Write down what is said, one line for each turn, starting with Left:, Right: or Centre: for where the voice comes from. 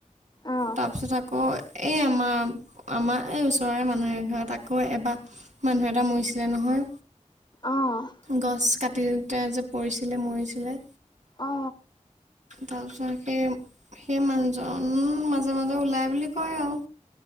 Left: অ
Right: তাৰপিছত আকৌ এ আমা আমা এই ওচৰৰে মানুহ এঘৰত আকৌ এবা মানুহ এটা মৰিছিলে নহয়।
Left: অ
Right: গছ কাটিতে যে পৰিছিলে মৰিছিলে।
Left: অঁ।
Right: তাৰপিছত সেই সেই মানুহজন মাজে মাজে ওলাই বুলি কয় আৱ।